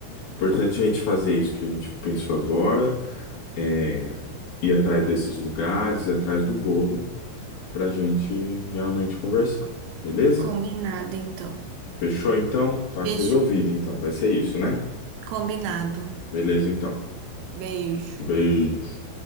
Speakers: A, on the left; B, on the right.
A: Importante a gente fazer isso que a gente pensou agora, é ir atrás desses lugares, ir atrás do bolo, para a gente realmente conversar, beleza?
B: Combinado, então.
A: Fechou então? Tá
B: Fechou.
A: resolvido então, vai ser isso, né?
B: Combinado.
A: Beleza então.
B: Beijo.
A: Beijo.